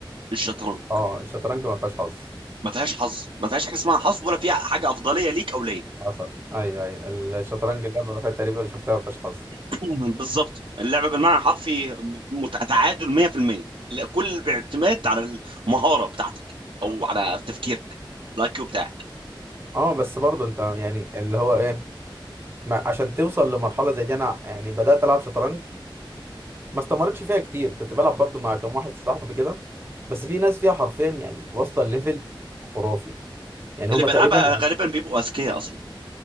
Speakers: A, on the right (about 70°); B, on the right (about 25°).
A: الشطرنج
B: اه الشطرنج ما فيهاش حظ
A: ما فيهاش حظ ما فيهاش حاجه اسمها حظ ولا فيها حاجه افضليه ليك او ليا
B: حصل ايوه ايوه الشطرنج اللعبة الوحيدة تقريبا اللي شفتها ما فيهاش حظ
A: <clears throat> بالظبط اللعبه بالمعنى الحرفي مت- تعادل 100% لا، كل باعتماد على المهاره بتاعتك او على تفكيرك الاي كيو بتاعك
B: اه بس برضه انت يعني اللي هو ايه ما عشان توصل لمرحلة زي دي انا يعني بدأت العب شطرنج ما استمرتش فيها كتير كنت بلعب برضه مع كام واحد صاحبي كده بس في ناس فيها حرفيا يعني واصلة ليفل خرافي يعني
A: اللي
B: هما
A: بيلعبها
B: تقريبا
A: غالبا بيبقوا اذكياء اصلا